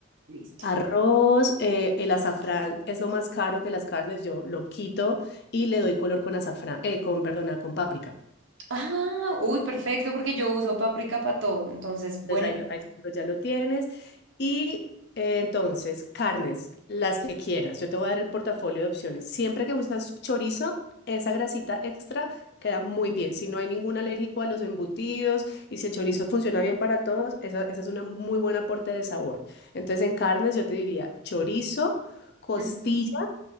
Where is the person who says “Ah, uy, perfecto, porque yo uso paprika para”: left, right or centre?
Right